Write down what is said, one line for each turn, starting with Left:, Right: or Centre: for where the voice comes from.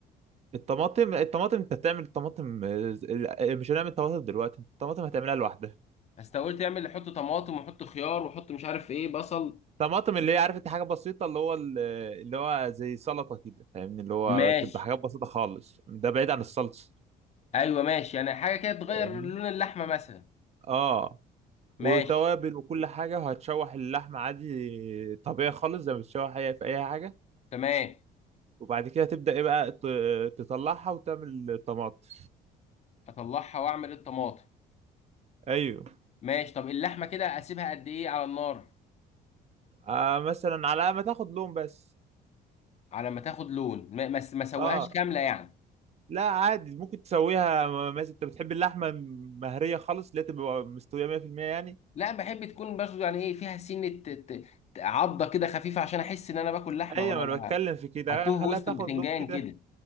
Right: الطماطم الطماطم انت هتعمل الطماطم آه، ال- مش هنعمل طماطم دلوقتي الطماطم هتعملها لوحدها
Left: بس أنت قلت اعمل حط طماطم وحط خيار وحط مش عارف ايه بصل
Right: طماطم اللي هي عارف انت حاجه بسيطه اللي هو ال- اللي هو زي سلطه كده فاهمني اللي هو
Left: ماشي
Right: تبقى حاجات بسيطه خالص ده بعيد عن الصلصه
Left: ايوه ماشي يعني حاجه كده تغير
Right: فاهمني
Left: لون اللحمه مثلا
Right: اه
Left: ماشي
Right: وتوابل وكل حاجه وهتشوح اللحمه عادي طبيعي خالص زي ما بتشوح اي في اي حاجه
Left: تمام
Right: وبعد كده تبدا ايه بقى ت- تطلعها وتعمل الطماطم
Left: اطلعها واعمل الطماطم
Right: ايوه
Left: ماشي طب اللحمه كده اسيبها قد ايه على النار
Right: آه مثلا على ما تاخد لون بس
Left: على ما تاخد لون ما ما, ما سويهاش
Right: اه
Left: كامله يعني
Right: لا عادي ممكن تسويها مثلا انت بتحب اللحمه مهريه خالص اللي هي تبقى مستويه 100% يعني
Left: لا بحب تكون برضه يعني ايه فيها سنه ت- ت- عضه كده خفيفه عشان احس ان انا باكل لحمه
Right: ايوه
Left: ولا
Right: ما انا بتكلم
Left: لا
Right: في كده
Left: هتوه
Right: خليها
Left: وسط
Right: تاخد
Left: البتنجان
Right: لون كده
Left: كده